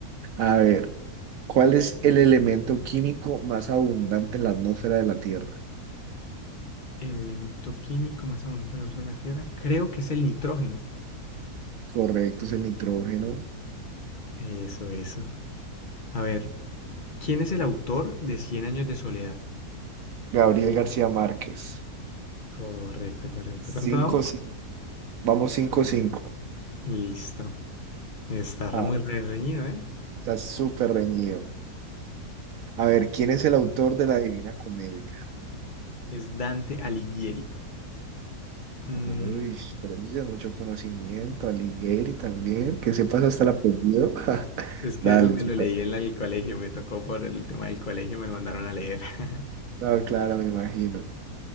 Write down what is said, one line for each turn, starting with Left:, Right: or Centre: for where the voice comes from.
Right: A ver, ¿cuál es el elemento químico más abundante en la atmósfera de la Tierra?
Left: El elemento químico más abundante en la de la Tierra, creo que es el nitrógeno.
Right: Correcto, es el nitrógeno.
Left: Eso, eso. A ver, ¿quién es el autor de Cien años de soledad?
Right: Gabriel García Márquez.
Left: Correcto, correcto.
Right: cinco
Left: ¿Cuánto vamos?
Right: sí. Vamos cinco cinco
Left: Listo. Está re-
Right: Ah,
Left: muy re- reñido, ¿eh?
Right: está súper reñido. A ver, ¿quién es el autor de la Divina Comedia?
Left: Es Dante Alighieri. Mm,
Right: Uy, pero eso ya es mucho conocimiento. Alighieri también, que sepas hasta el apellido. <laughs>
Left: es que
Right: Dale,
Left: eso me
Right: tú
Left: lo
Right: ta-
Left: leí en la- el colegio, me tocó por el tema del colegio, me lo mandaron a leer. <laughs>
Right: No, claro, me imagino.